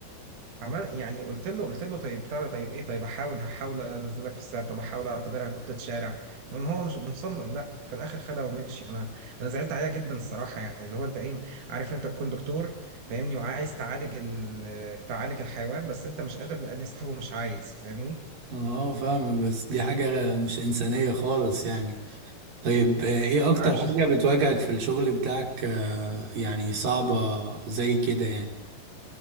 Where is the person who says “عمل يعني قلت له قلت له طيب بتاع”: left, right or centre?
Right